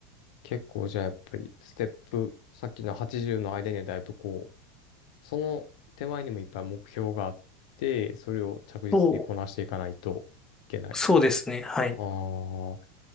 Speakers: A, on the left; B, on the left.
A: 結構じゃあやっぱり、ステップ、さっきの80の間にはだいぶこう、その手前にもいっぱい目標があって、それを着実にこなしていかないといけない。
B: そう、そうですね。はい。
A: ああ、